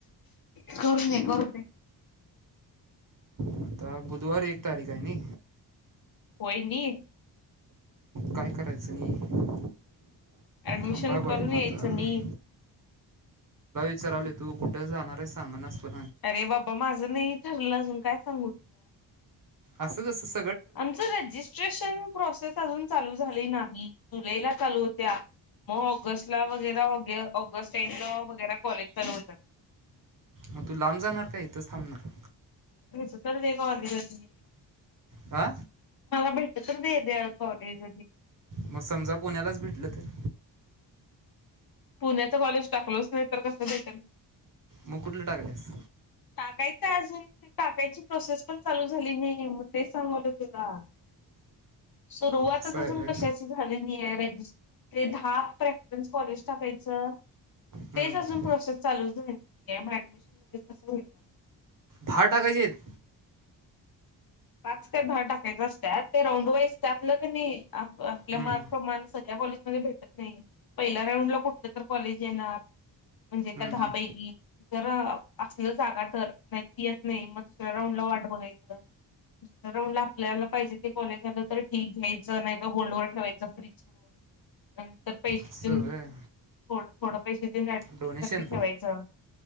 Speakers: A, on the left; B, on the right.
A: कोण करण
B: आता बुधवार एक तारीख आहे ना.
A: होय नि
B: काय करायचं नाही.
A: ऍडमिशन
B: थांबायला
A: करून
B: पाहिजे मग
A: यायचं
B: आता
A: नी
B: विचारवली तू कुठे जाणारच सांग ना स्वत
A: अरे बाबा माझं नाही चारलं अजून काय सांगू तुला
B: अससच असस.
A: आमच रजिस्ट्रेशन प्रोसेस अजून चालू. झाले नाम्ही जुलैला चालू होत्या. मग ऑगस्ट ला वगैर ऑगस्ट एंड ला वगैरे कॉलेज चालू होतात. <unintelligible>
B: मग तू लांब जाणार का इथंच थांबणार.
A: सु देखवर ज
B: आ.
A: मला भेटत नाही द कॉलेज
B: मग समजा पुण्यालाच भेटलं तर
A: पुण्याच कॉलेज टाकलोच नाही तर कसं भेटेल.
B: मग कुठलं टाकलेस.
A: टाकायचं अजून टाकायची प्रोसेस पण चालू झाली नाही मग तेच सांगवलं तुला <unintelligible> सुरुवात
B: असं
A: अजून
B: आहे व्हय.
A: कशाची झालेली आहे ते द प्रेफरनस कॉलेज टाकायचं,
B: हम्म.
A: तेच अजून प्रोसेस चालूच झाली. एडमिशन लगेच कसं होईल?
B: भा टाका जेत
A: पाच का दहा टाकायच असत्यात ते राऊंड वाईज त्यातनं की नाही आपल्या
B: हम्म,
A: मार्क प्रमाण सगळ्या कॉलेज मध्ये भेटत नाही, पहिल्या राऊंड ला कुठलं तर कॉलेज येणार. म्हणजे
B: हम्म,
A: त्या दहापैकी
B: हम्म.
A: जर असलं जागा तर नाहीतर येत नाही, मग दुसऱ्या राऊंड वाट बघायचं. राऊंड ला आपल्याला पाहिजे ते कॉलेज आलं तर ठीक घ्यायचं नाहीत होल्डवर ठेवायचं फ्रीज करून. ह तर. पैसे
B: असं
A: देऊनो,
B: व्हय.
A: थोड पैसे देऊन, ऍडमिशन
B: डोनेशन
A: साठी ठेवायचं.